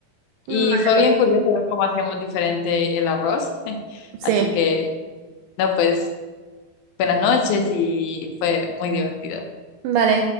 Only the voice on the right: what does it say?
Vale,
pues.
Sí.
Vale.